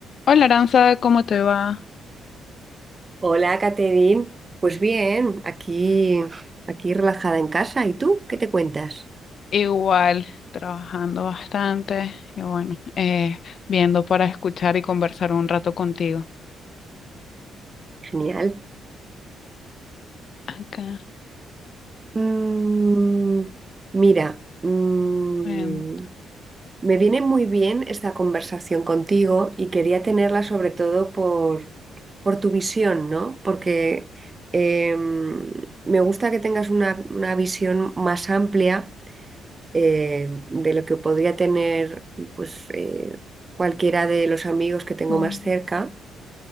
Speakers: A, on the left (about 55°); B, on the right (about 25°).
A: Hola Aranza, ¿cómo te va?
B: Hola, Caterín. Pues bien, aquí, aquí relajada en casa. ¿Y tú qué te cuentas?
A: Igual, trabajando bastante y bueno, eh, viendo para escuchar y conversar un rato contigo.
B: Genial.
A: Acá,
B: Mm, mira, mm,
A: ven,
B: me viene muy bien esta conversación contigo y quería tenerla sobre todo por, por tu visión, ¿no? Porque em, me gusta que tengas una, una visión más amplia eh, de lo que podría tener pues, eh, cualquiera de los amigos que tengo
A: ven,
B: más cerca.